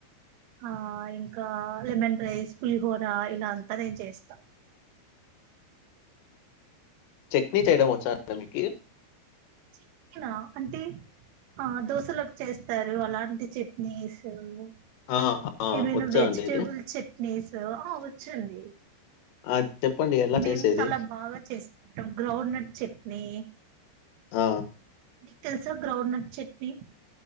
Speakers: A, on the right (about 85°); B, on the left (about 70°).
A: ఆ ఇంకా లెమన్ రైస్, పులిహోర ఇలా అంతా నేన్ చేస్తా.
B: చట్నీ చెయ్య వచ్ చ్చా మీకి
A: చట్నీనా అంటే ఆ దోశలకు చేస్తారు అలాంటి చట్నీస్ ఆ
B: ఆ ఆ
A: ఏమైనా
B: వచ్చా
A: వేజిటెబల్
B: అండి ఇది
A: చె నేసు ఆ వచ్చండి
B: ఆ చెప్పండి ఎలా
A: మేము
B: చేసేది
A: చాలా బాగా చేస్ మ గ్రౌండ్నట్ చట్నీ
B: ఆ
A: మీకు తెలుసా గ్రౌండ్నట్ చట్నీ